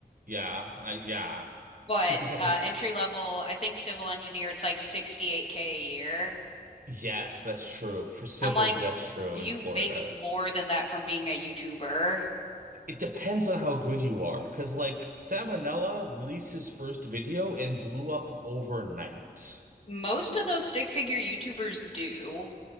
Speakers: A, on the right (about 55°); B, on the left (about 40°).
A: Yeah, I, yeah.
B: but
A: <laughs>
B: uh entry level I think civil engineer it's like 68k a year
A: Yes, that's true. For civil,
B: I'm like
A: that's true
B: do
A: in
B: you
A: Florida.
B: make more than that from being a YouTuber
A: It depends on how good you are. Because, like, Salmonella released his first video and blew up overnight,
B: most of those stick figure YouTubers do